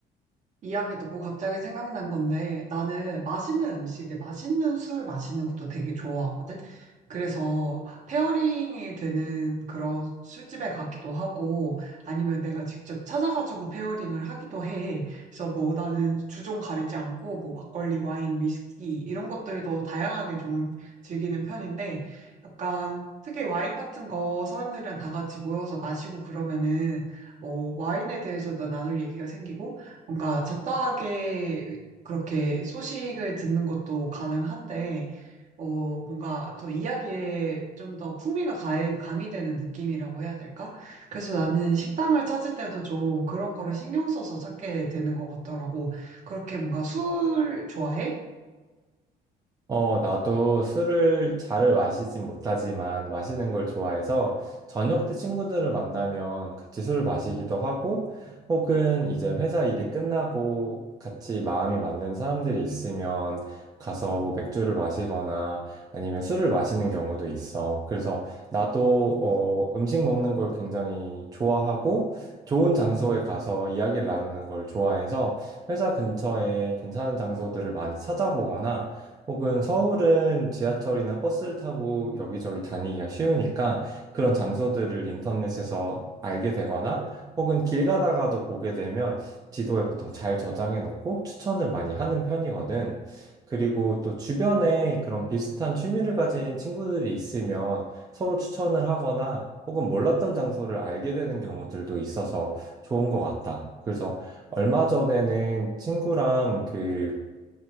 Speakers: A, on the right; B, on the right.
A: 이야기 듣고 갑자기 생각난 건데 나는 맛있는 음식에 맛있는 술 마시는 것도 되게 좋아하거든. 그래서 페어링이 되는 그런 술집에 가기도 하고 아니면 내가 직접 찾아가지고 페어링을 하기도 해. 그래서 뭐 나는 주종 가리지 않고 뭐 막걸리, 와인, 위스키 이런 것들도 다양하게 좀 즐기는 편인데 약간 특히 와인 같은 거 사람들이랑 다 같이 모여서 마시고 그러면은 뭐 와인에 대해서도 나눌 얘기가 생기고 뭔가 잡다하게 그렇게 소식을 듣는 것도 가능한데, 어, 뭔가 더 이야기에 좀 더 풍미가 가- 가미되는 느낌이라고 해야 될까? 그래서 나는 식당을 찾을 때도 좀 그런 거를 신경 써서 찾게 되는 것 같더라고. 그렇게 뭔가 술 좋아해?
B: 어, 나도 술을 잘 마시진 못하지만 마시는 걸 좋아해서 저녁 때 친구들을 만나면 같이 술을 마시기도 하고 혹은 이제 회사 일이 끝나고 같이 마음이 맞는 사람들이 있으면 가서 뭐 맥주를 마시거나 아니면 술을 마시는 경우도 있어. 그래서 나도 어, 음식 먹는 걸 굉장히 좋아하고 좋은 장소에 가서 이야기를 나누는 걸 좋아해서 회사 근처에 괜찮은 장소들을 많이 찾아보거나 혹은 서울은 지하철이나 버스를 타고 여기저기 다니기가 쉬우니까 그런 장소들을 인터넷에서 알게 되거나 혹은 길 가다가도 보게 되면 지도에 보통 잘 저장해 놓고 추천을 많이 하는 편이거든. 그리고 또 주변에 그런 비슷한 취미를 가진 친구들이 있으면 서로 추천을 하거나 혹은 몰랐던 장소를 알게 되는 경우들도 있어서 좋은 것 같다. 그래서 얼마 전에는 친구랑 그